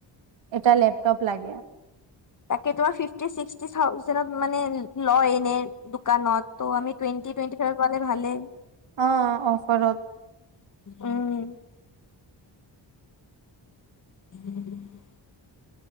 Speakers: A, on the right; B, on the left.
A: এটা লেপটপ লাগে।
B: তাকে তোমাৰ ফিফটি ছিক্সটি থাউজেণ্ডত মানে লয় এনে দোকানত। ত' আমি টুৱেণ্টি টুৱেন্টি ফাইভত পালে ভালেই।
A: অঁ অফাৰত।
B: উম। <inaudible>